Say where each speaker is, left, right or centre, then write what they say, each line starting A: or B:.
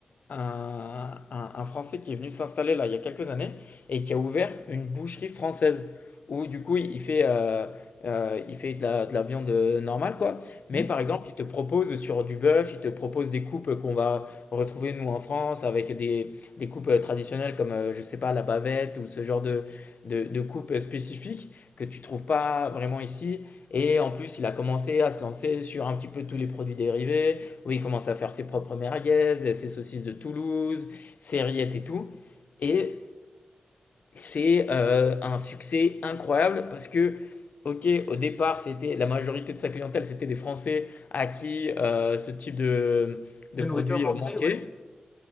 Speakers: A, on the left (about 55°); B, on the left (about 25°).
A: un, un- un Français qui est venu s'installer là il y a quelques années et qui a ouvert une boucherie française où du coup il fait, euh, euh, il fait de la, de la viande euh, normale quoi. Mais
B: Hmm
A: par exemple, il te propose sur du bœuf, il te propose des coupes qu'on va retrouver nous en France avec des, des coupes euh, traditionnelles comme euh, je sais pas la bavette ou ce genre de, de, de coupes euh, spécifiques que tu trouves pas vraiment ici. Et en plus, il a commencé à se lancer sur un petit peu tous les produits dérivés, où il commence à faire ses propres merguez, ses saucisses de Toulouse, ses rillettes et tout. Et c'est euh, un succès incroyable parce que, ok, au départ, c'était la majorité de sa clientèle, c'était des Français à qui euh, ce type de, de
B: de
A: produit
B: nourriture manquée,
A: euh, manquait.
B: ouais.